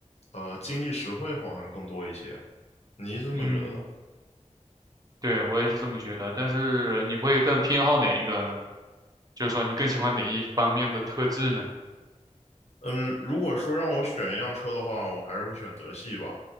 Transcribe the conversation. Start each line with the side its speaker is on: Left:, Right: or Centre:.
Left: 呃经济实惠好像更多一些。你是这么觉得的？
Right: 嗯，对，我也是这么觉得。但是你会更偏好哪一个呢？就是说你更喜欢哪一方面的特质呢？
Left: 嗯，如果说让我选一辆车的话，我还是会选德系吧。